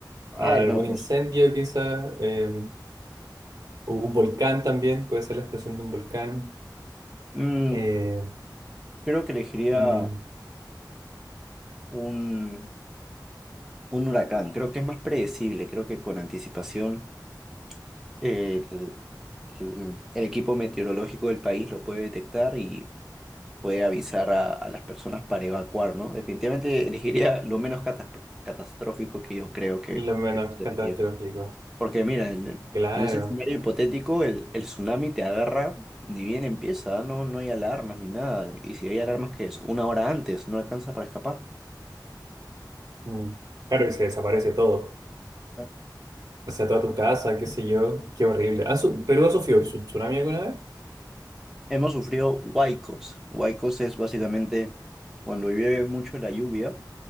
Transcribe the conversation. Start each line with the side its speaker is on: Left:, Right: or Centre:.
Centre: Ay,
Right: Algún
Centre: no, pues.
Right: incendio quizá, eh, o un volcán también, puede ser la explosión de un volcán.
Centre: mm,
Right: Eh,
Centre: creo que elegiría
Right: mm,
Centre: un, un huracán. Creo que es más predecible. Creo que con anticipación el, el- el equipo meteorológico del país lo puede detectar y puede avisar a, a las personas para evacuar, ¿no? Definitivamente elegiría lo menos catas- catastrófico que yo creo que,
Right: lo menos
Centre: que sucedería.
Right: catastrófico.
Centre: Porque mira, el-
Right: Claro.
Centre: en ese escenario hipotético, el, el tsunami te agarra, ni bien empieza, no, no hay alarmas ni nada. Y si hay alarmas, que es? Una hora antes, no alcanza para escapar.
Right: Mm. Claro, y se desaparece todo.
Centre: Eh,
Right: O sea, toda tu casa, qué sé yo. Qué horrible. Ah, su- ¿Perú ha sufrido su- tsunami alguna vez?
Centre: Hemos sufrido huaicos. Huaicos es básicamente cuando llueve mucho la lluvia,